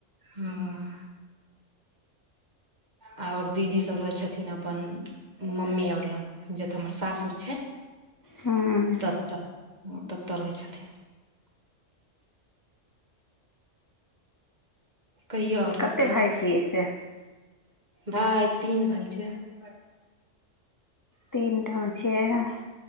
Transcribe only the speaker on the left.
हँ
कते
भाय छियै से
तीन ठम छीये।